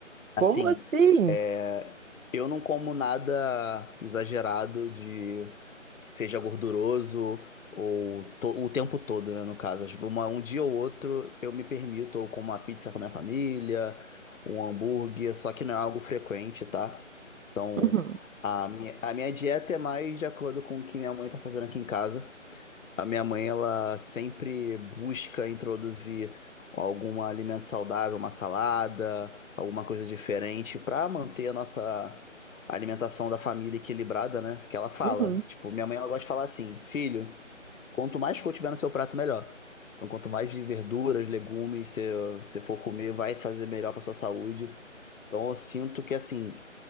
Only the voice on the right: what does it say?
Como
assim?
Uhum,
uhum.